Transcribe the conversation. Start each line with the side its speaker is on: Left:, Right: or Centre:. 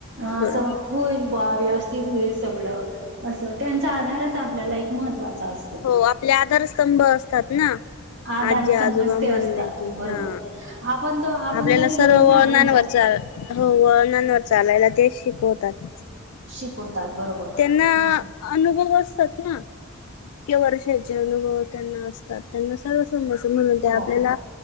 Right: असं
Left: बरोबर
Right: होईल बा व्यवस क होईल सगळं, असं त्यांचा आधारच आपल्याला एक महत्त्वाचा अस
Left: हो आपले आधारस्तंभ असतात ना.
Right: आधार
Left: आजी
Right: समजते
Left: आजोबा म्हणले
Right: असतात
Left: की,
Right: बरोबर
Left: हा
Right: आपण तो आपण
Left: आपल्याला
Right: तरी
Left: सर्व
Right: लगेच घाबरून
Left: वळनांवरचा
Right: जातो.
Left: हो वळणांवर चालायला तेच शिकवतात.
Right: शिकवतात बरोबर. ह
Left: त्यांना अनुभव असतात ना, इतक्या वर्षाचे अनुभव त्यांना असतात. त्यांना सर्व समजत म्हणून
Right: हो
Left: ते आपल्याला